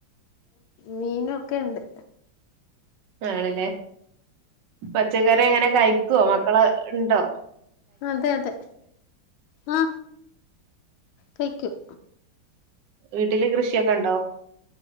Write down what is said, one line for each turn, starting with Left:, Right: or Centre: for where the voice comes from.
Left: മീനും ഒക്കെ ഇണ്ട്
Right: ആണ്ല്ലേ പച്ചക്കറി എങ്ങനെ കയ്ക്കോ മക്കളെണ്ടോ
Left: അതെ അതെ ആ കയ്ക്കും
Right: വീട്ടില് കൃഷിയൊക്കെണ്ടോ